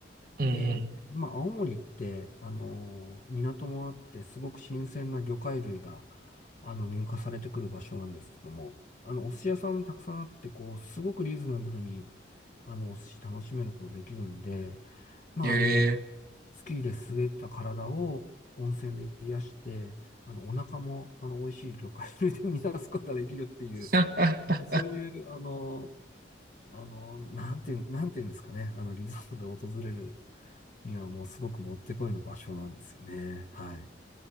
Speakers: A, on the right (about 50°); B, on the left (about 40°).
A: うんうん。
B: で、まあ、青森って、あの、港もあって、すごく新鮮な魚介類が、あの、入荷されてくる場所なんですけども、あの、お寿司屋さんたくさんあって、こう、すごくリーズナブルに、あの、お寿司楽しめることできるんで、まあ、
A: ええ。
B: あの、スキーで滑った体を温泉で癒して、あの、お腹も、あの、美味しい魚介類で満たすことができるっていう、
A: <laughs> ああ
B: そういう、あの、あの、なんて、なんていうんですかね、あの、リゾートで訪れるにはもうすごくもってこいの場所なんですよね。はい。